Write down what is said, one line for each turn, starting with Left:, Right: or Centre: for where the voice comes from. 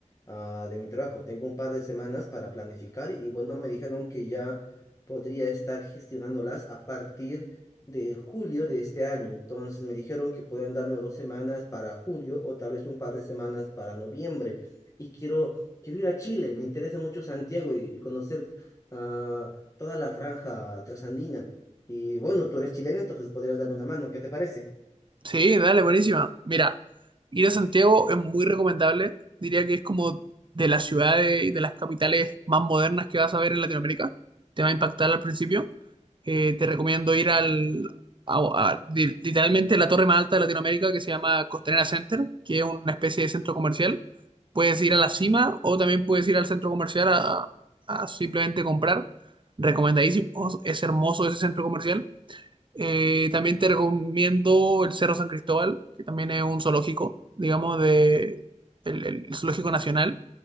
Left: ah, de mi trabajo. Tengo un par de semanas para planificar y bueno, me dijeron que ya podría estar gestionándolas a partir de julio de este año. Entonces me dijeron que pueden darme dos semanas para julio o tal vez un par de semanas para noviembre. Y quiero, quiero ir a Chile, me interesa mucho Santiago y, y conocer ah, toda la franja trasandina. Y bueno, tú eres chileno, entonces podrías darme una mano, ¿qué te parece?
Right: Sí, dale, buenísima. Mira, ir a Santiago es muy recomendable. Diría que es como de las ciudades y de las capitales más modernas que vas a ver en Latinoamérica. Te va a impactar al principio. Eh, te recomiendo ir al, a- a- di- literalmente la torre más alta de Latinoamérica que se llama Costanera Center, que es una especie de centro comercial. Puedes ir a la cima o también puedes ir al centro comercial a, a simplemente comprar. Recomendadísimo, es hermoso ese centro comercial. Eh, también te recomiendo el Cerro San Cristóbal, que también es un zoológico, digamos, de el, el Zoológico Nacional,